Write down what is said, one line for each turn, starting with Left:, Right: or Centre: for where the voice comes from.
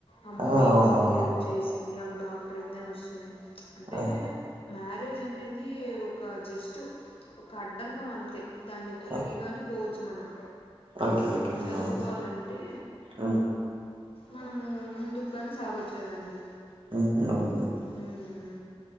Left: ఆమె
Right: ఆ!
Left: మెయిన్స్
Right: అవునవును.
Left: క్లియర్గా చేసింది ఆమె డాక్టరయిందని వస్తున్నాయ్. అంటే
Right: ఆ!
Left: మ్యారేజ్ అనేది ఒక జస్ట్ ఒక అడ్డంకం అంతే దాన్ని తొలగి
Right: ఆ!
Left: గాని పోవచ్చు మనం
Right: ఓకే ఓకే అవునవును.
Left: చదువుకోవాలంటే
Right: ఆ!
Left: మనము ముందుకుగాని సాగొచ్చు కదండి
Right: <unintelligible>
Left: మ్మ్